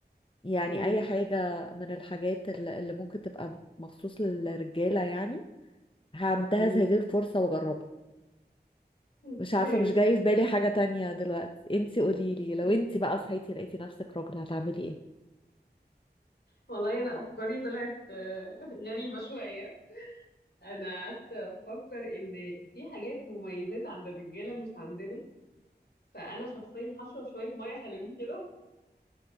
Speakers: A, on the left; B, on the left.
A: يعني
B: مم.
A: اي حاجة من الحاجات اللي اللي ممكن تبقى مخصوص للرجالة يعني هنتهز
B: مم.
A: هذه الفرصة واجربها
B: اوكي
A: مش عارفة مش جاي في بالي حاجة تانية دلوقتي انتي قوليلي لو
B: مم.
A: انتي بقى صحيتي لقيتي نفسك راجل هتعملي ايه
B: والله انا افكاري طلعت آه، غريبة شوية انا قعدت افكر ان في حاجات مميزات عند الرجالة مش عندنا فانا شخصيا هشرب شوية مية حلوين كده